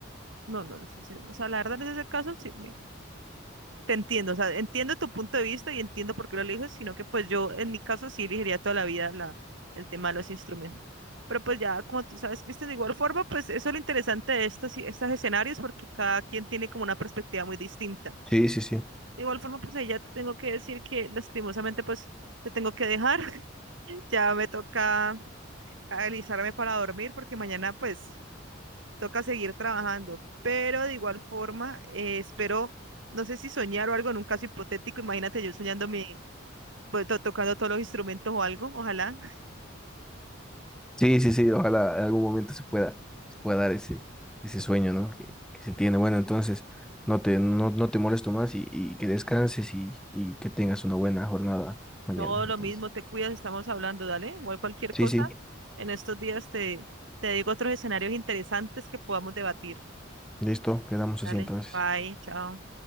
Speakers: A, on the right; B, in the centre.
A: No, no, no sé si, o sea, la verdad, en ese caso, sí, Te entiendo, o sea, entiendo tu punto de vista y entiendo por qué lo eliges, sino que pues yo en mi caso sí elegiría toda la vida la, el tema de los instrumentos. Pero pues ya, como tú sabes, viste, de igual forma, pues eso es lo interesante de estos, y- estos escenarios porque cada quien tiene como una perspectiva muy distinta.
B: Sí, sí, sí.
A: De igual forma, pues ahí ya te tengo que decir que lastimosamente pues te tengo que dejar, <laughs> ya me toca alisarme para dormir porque mañana pues toca seguir trabajando, pero de igual forma, eh, espero, no sé si soñar o algo en un caso hipotético, imagínate yo soñando mi, pues, to- tocando todos los instrumentos o algo, ojalá. <laughs>
B: Sí, sí, sí, ojalá en algún momento se pueda, se pueda dar ese, ese sueño, ¿no? Que, que se tiene. Bueno, entonces no te, no, no te molesto más y, y que descanses y, y que tengas una buena jornada mañana.
A: No, lo
B: Entonces,
A: mismo, te cuidas, estamos hablando, dale, igual cualquier
B: sí,
A: cosa,
B: sí,
A: en estos días te, te digo otros escenarios interesantes que podamos debatir.
B: listo, quedamos
A: Dale,
B: así entonces.
A: bye, chao.